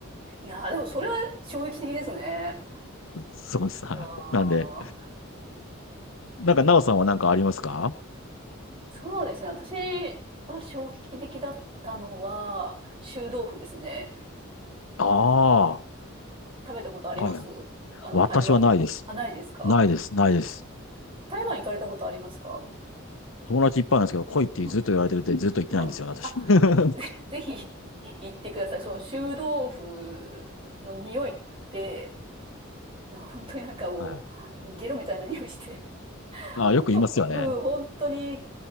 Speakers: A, on the right; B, on the left.
A: いやー、でもそれは衝撃的ですね。
B: そうです。はい。
A: いやー、
B: なんで、なんか、なおさんは何かありますか
A: そうですね。私は衝撃的だったのは、臭豆腐ですね。
B: ああ、
A: 食べたことあります
B: はい。
A: あの、
B: 私はないです。
A: 台湾の。あ、ないですか
B: ないです。ないです。
A: 台湾行かれたことありますか
B: 友達いっぱいなんですけど、来いってずっと言われてるってずっと言ってないんですよね、
A: うん。はい。
B: 私。
A: あ、
B: <laughs> はい。
A: で、ぜひ <laughs> 行ってください。その臭豆腐の匂いって、いや本当になんかもう、
B: <laughs>
A: ゲロみたいな匂いして、
B: ああ、よく言いますよね。
A: 本当、うん、本当に